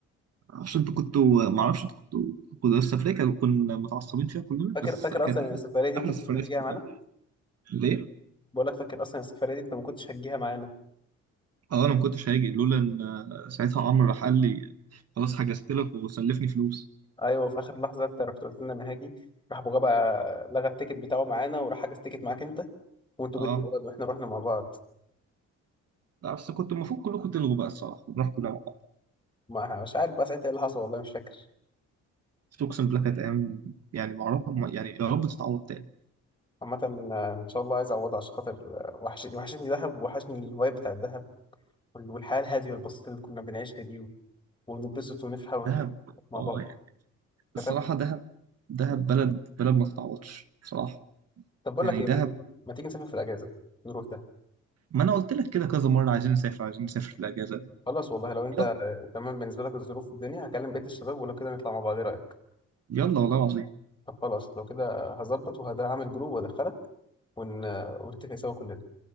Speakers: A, on the right (about 55°); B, on the left (about 15°).
A: عشان انتوا كنتوا ما اعرفش انتوا كنتوا كنت السفريه كان- كنا متعصبين فيها كلنا
B: فاكر
A: بس
B: فاكر
A: كانت
B: اصلا
A: احلى
B: إن السفريه دي انت
A: احلى
B: ما
A: سفريه
B: كنتش هتجيها
A: سافرناها
B: معانا
A: ليه؟
B: بقول لك فاكر اصلا السفريه دي انت ما كنتش هتجيها معانا
A: اه انا ما كنتش هاجي لولا ان آه، ساعتها عمرو راح قال لي خلاص حجزت لك وسلفني فلوس
B: ايوه في اخر لحظه انت رحت قلت لنا انا هاجي راح ابو غابه لغى التيكت بتاعه معانا وراح حجز تيكت معاك انت وانتوا
A: اه
B: جيتوا من بعض واحنا رحنا مع بعض
A: لا، بس كنت المفروض كلكم تلغوا بقى الصراحه ونروح كلنا مع بعض
B: ما مش عارف بقى ساعتها ايه اللي حصل والله مش فاكر
A: بس اقسم بالله كانت ايام يعني ما اعرف يعني يا رب تتعوض تاني
B: عامة آه، إن شاء الله عايز أعوضها عشان خاطر آه، وحشني وحشتني دهب وحشني الفايب بتاع الدهب وال- والحياة الهادية البسيطة اللي كنا بنعيشها دي و- ونتبسط ونفرح ونضحك
A: دهب
B: مع
A: اه
B: بعض تمام
A: الصراحة دهب دهب بلد بلد ما تتعوضش بصراحة
B: طب بقول
A: يعني
B: لك إيه
A: دهب
B: ما تيجي ما تيجي نسافر في الأجازة نروح ده
A: ما أنا قلت لك كده كذا مرة عايزين نسافر عايزين نسافر في الأجازة
B: خلاص والله لو أنت
A: يلا
B: آه، تمام بالنسبة لك الظروف والدنيا هكلم بقية الشباب ولو كده نطلع مع بعض إيه رأيك؟
A: يلا والله العظيم
B: طب خلاص لو كده هظبط وهعمل جروب وأدخلك ون... آه، ونتفق سوا كلنا